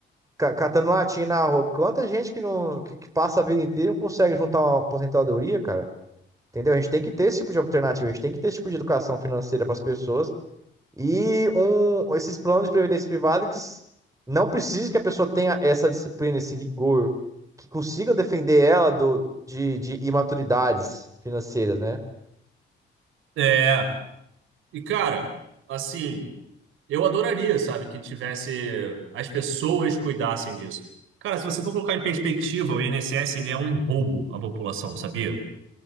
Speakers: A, on the right; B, on the right.
A: ca- catando latinha na rua. Quanta gente que não que, que passa a vida inteira e não consegue juntar uma aposentadoria, cara. Entendeu? A gente tem que ter esse tipo de alternativa, a gente tem que ter esse tipo de educação financeira para as pessoas e um, esses planos de previdência privada que s- não precisa que a pessoa tenha essa disciplina, esse rigor, que consigam defender ela do, de, de imaturidades financeiras, né?
B: é. E, cara, assim, eu adoraria, sabe, que tivesse, as pessoas cuidassem disso. Cara, se você for colocar em perspectiva, o INSS, ele é um roubo à população, sabia?